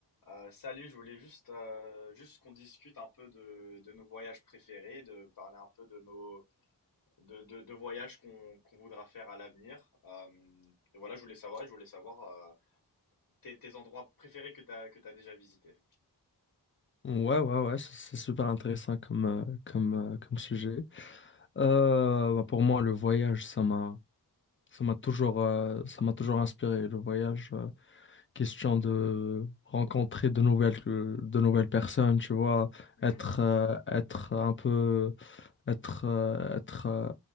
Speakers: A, on the left (about 55°); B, on the left (about 30°).
A: Euh, salut, je voulais juste, euh, juste qu'on discute un peu de, de nos voyages préférés, de parler un peu de nos de, de, de voyages qu'on qu'on voudra faire à l'avenir. Euh, et voilà, je voulais savoir, je voulais savoir euh, tes, tes endroits préférés que t'as que t'as déjà visités.
B: Ouais, ouais, ouais, c'est c'est super intéressant comme, euh, comme, euh, comme sujet. Euh, bah, pour moi, le voyage, ça m'a, ça m'a toujours, euh, ça m'a toujours inspiré. Le voyage, euh, question de rencontrer de nouvelles, euh, de nouvelles personnes, tu vois,
A: Mhm.
B: être, euh, être un peu, être, euh, être euh,